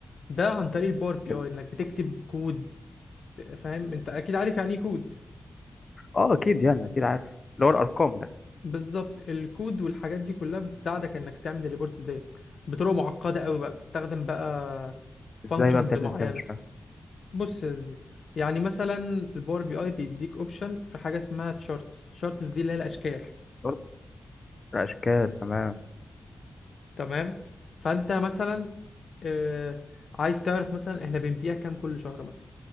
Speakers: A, on the left; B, on the left.
A: ده عن طريق الباور بي
B: فهمت.
A: اي انك بتكتب كود فاهم انت اكيد عارف يعني ايه كود
B: اه اكيد يعني اكيد عارف اللي هو الارقام ده
A: بالظبط الكود والحاجات دي كلها بتساعدك انك تعمل الريبورتس ديت بطرق معقده قوي بقى بتستخدم بقى فانكشنز
B: ازاي بقى بتعمل
A: معينه
B: ازاي مش
A: كده
B: فاهم
A: بص يا زي- يعني مثلا الباور بي اي بيديك اوبشن في حاجه اسمها تشارتس تشارتس دي اللي هي الاشكال
B: برضو الاشكال تمام
A: تمام فانت مثلا آه عايز تعرف مثلا احنا بنبيع كام كل شهر مثلا